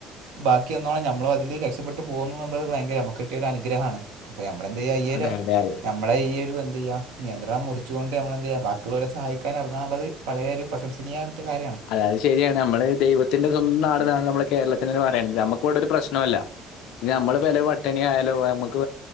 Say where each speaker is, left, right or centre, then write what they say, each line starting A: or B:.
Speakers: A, on the right; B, on the left.
A: ബാക്കിയന്നോണം നമ്മളതില് രക്ഷപ്പെ ട്ടു പോകുന്ന്ള്ളത് ഭയങ്കര നമുക്ക് കിട്ടിയൊരു അനുഗ്രഹാണ് അപ്പെമ്മളെന്തെയ്യാ ഈയൊരു
B: അതെ അതെ അതെ
A: നമ്മളെ ഈയൊരു എന്തെയ്യ നിയന്ത്രണം മുറിച്ചുകൊണ്ട് നമ്മളെന്തെയ്യാ ബാക്കി യുള്ളോരെ സഹായിക്കാനെറങ്ങാന്ന്ള്ളത് വളരെ ഒരു പ്രശംസനീയമയറ്റ കാര്യാണ്
B: അതെ അത് ശെരിയാണ് നമ്മള് ദൈവത്തിന്റെ സ്വന്തം നാട്ന്നാണ് നമ്മളെ കേരളത്തിനെന്നെ പറിയ്ണത് നമ്മക്കവെടൊരു പ്രശ്നുല്ല ഇഞമ്മള് പെരേ പട്ടിണിയായാലും നമ്മക്ക്